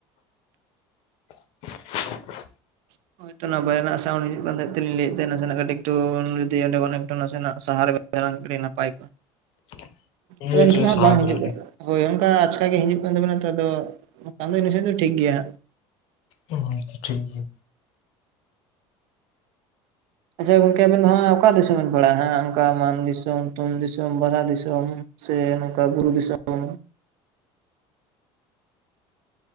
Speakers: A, on the left; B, on the right.
A: <inaudible>
B: <inaudible> ᱚᱱᱟ ᱵᱟᱭᱟᱨ ᱨᱮᱱᱟᱜ ᱥᱟᱣᱩᱱᱰ ᱦᱤᱡᱩᱜ ᱠᱟᱱ ᱛᱟᱦᱮᱸ ᱛᱮᱞᱤᱧ ᱞᱟᱹᱭᱮᱫ ᱛᱟᱦᱮᱸᱱ ᱱᱟᱥᱮᱱᱟᱜ ᱠᱟᱹᱴᱤᱡ ᱮᱴᱩ ᱡᱩᱫᱤ ᱚᱸᱰᱮ ᱠᱷᱚᱱ ᱮᱠᱴᱩ ᱱᱟᱥᱮᱱᱟᱜ ᱥᱟᱦᱟᱨᱮᱵᱮ <unintelligible> ᱱᱟᱯᱟᱭ
A: <unintelligible> ᱢᱤᱫ ᱢᱤᱱᱤᱴ
B: ᱟ ᱱᱤᱛᱚᱜ
A: ᱞᱤᱧ
B: ᱫᱚ ᱦᱟᱜ
A: ᱥᱟᱦᱟᱣ
B: ᱵᱟᱝ ᱦᱤᱡᱩᱜ
A: ᱠᱟᱱᱟᱞᱤᱧ
B: ᱠᱟᱱᱟ ᱦᱳᱭ ᱚᱱᱠᱟ ᱟᱪᱠᱟ ᱜᱮ ᱦᱤᱡᱩᱜ ᱠᱟᱱ ᱛᱟᱵᱮᱱᱟ ᱛᱚ ᱟᱫᱚ ᱤᱱᱟ. ᱠᱷᱟᱱ ᱫᱚ ᱴᱷᱤᱠ ᱜᱮᱭᱟ ᱦᱟᱸᱜ
A: ᱚ ᱟᱪᱪᱷᱟ ᱴᱷᱤᱠ ᱜᱮᱭᱟ
B: ᱟᱪᱷᱟ ᱜᱚᱝᱠᱮ ᱟᱵᱮᱱ ᱫᱚ ᱦᱟᱸᱜ ᱚᱠᱟ ᱫᱤᱥᱚᱢ ᱵᱮᱱ ᱯᱟᱲᱟᱜᱼᱟ ᱦᱟᱸᱜ ᱚᱱᱠᱟ ᱢᱟᱱ ᱫᱤᱥᱚᱢ ᱛᱩᱢ ᱫᱤᱥᱚᱢ ᱵᱟᱨᱟ ᱫᱤᱥᱚᱢ ᱥᱮ ᱱᱚᱝᱠᱟ ᱵᱩᱨᱩ ᱫᱤᱥᱚᱢ